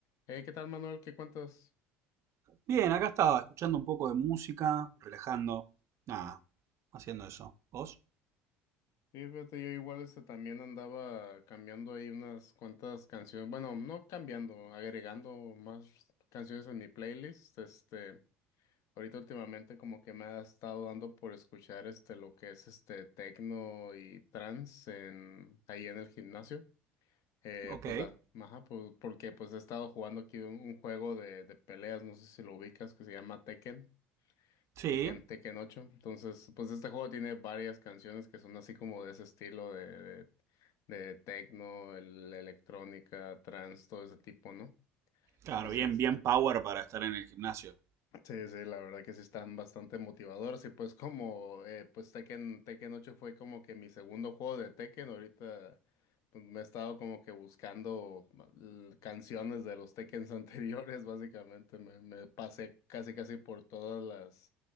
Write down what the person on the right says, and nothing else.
Bien, acá estaba, escuchando un poco de música, relajando, nada, haciendo eso. ¿Vos?
Ok.
Sí,
claro,
bien, bien power para estar en el gimnasio.